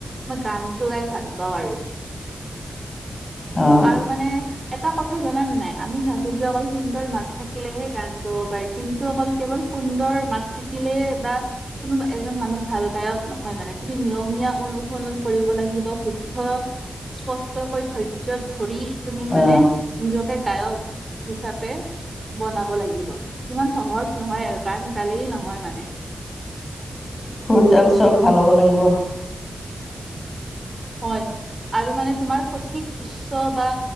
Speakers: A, on the right (about 35°); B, on the left (about 40°).
A: মই গানটো গাই ভাল পাওঁ আৰু।
B: অ
A: আৰু মানে এটা কথা জনা নে নাই আমি ভাবো যে অকল সুন্দৰ মাত থাকিলেহে গান গাব পায়। কিন্তু অকল কেৱল সুন্দৰ মাত থাকিলে বা কোনো এজন মানুহ ভাল গায়ক নহয় মানে তুমি নিয়মীয়া অনু ফলন কৰিব লাগিব শুদ্ধ স্পষ্টকৈ ধৈৰ্য ধৰি তুমি মানে
B: অ
A: নিজকে গায়ক হিচাপ- পে বনাব লাগিব ইমান সহজ নহয় আৰু কাৰণ গালি নহয় মানে।
B: সুুৰডাল চব ভাল হ'ব লাগিব।
A: হয় আৰু মানে তোমাৰ সঠিক উচ্চ বা